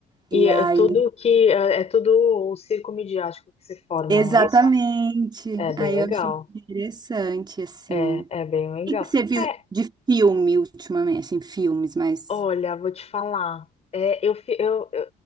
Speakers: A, on the right; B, on the left.
A: E
B: E é
A: aí,
B: é tudo que... É, é tudo o circo midiático que se forma,
A: exatamente.
B: é isso? É bem
A: Aí
B: legal.
A: eu achei interessante assim.
B: É,
A: O
B: é bem legal.
A: que que você viu
B: É,
A: de filme ultimamente, assim, filmes, mas
B: olha, vou te falar. É, eu, fi- eu,